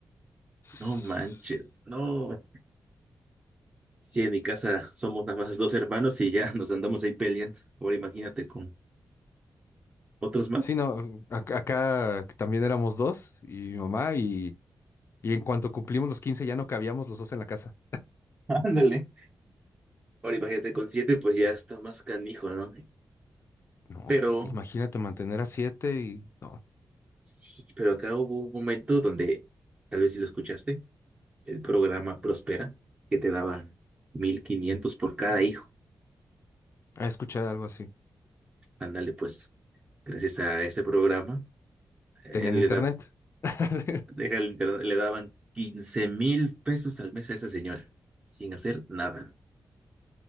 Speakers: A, on the left (about 40°); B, on the right (about 20°).
A: Sí,
B: No manches, no. Si en mi casa somos nada más dos hermanos y ya nos andamos ahí peleando. Ahora imagínate con otros más.
A: no, ac- acá también éramos dos y mi mamá y, y en cuanto cumplimos los 15 ya no cabíamos los dos en la casa.
B: <laughs> Ándale. Ahora imagínate con siete, pues ya está más canijo, ¿no?
A: No,
B: Pero,
A: s- imagínate mantener a siete y no,
B: sí, pero acá hubo un momento donde, tal vez si lo escuchaste, el programa Prospera, que te daban 1500 por cada hijo.
A: he escuchado algo así.
B: Ándale, pues, gracias a ese programa, eh,
A: ¿Tenían
B: le
A: internet?
B: da,
A: <laughs>
B: deja el internet, le daban quince mil pesos al mes a esa señora, sin hacer nada.